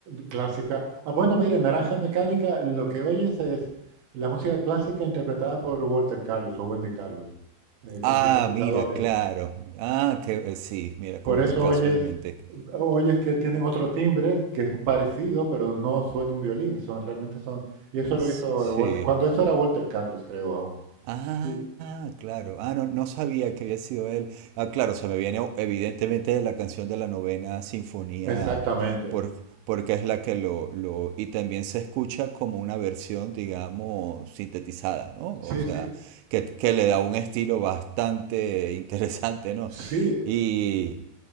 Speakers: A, on the right (about 65°); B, on the right (about 85°).
A: clásica. Ah, bueno, mire, Naranja Mecánica, lo que oyes es la música clásica interpretada por Walter Carlos o Wendy Carlos, eh, con
B: Ah,
A: sintetizadores.
B: mira, claro. Ah, que eh, sí, mira
A: Por
B: cómo
A: eso
B: casualmente.
A: oyes, oyes que tienen otro timbre que es parecido, pero no suena un violín. Son, realmente son. Y eso lo
B: S-
A: hizo
B: Sí.
A: eh, Walter, cuando eso era Walter Carlos, creo aún.
B: Ah,
A: Y-
B: claro. Ah, no, no sabía que había sido él. Ah, claro, se me viene o- evidentemente la canción de la novena sinfonía,
A: exactamente.
B: por- porque es la que lo, lo... Y también se escucha como una versión, digamos, sintetizada, ¿no?
A: Sí,
B: O sea,
A: sí.
B: que, que le da un estilo bastante <laughs> interesante, ¿no?
A: Sí,
B: Y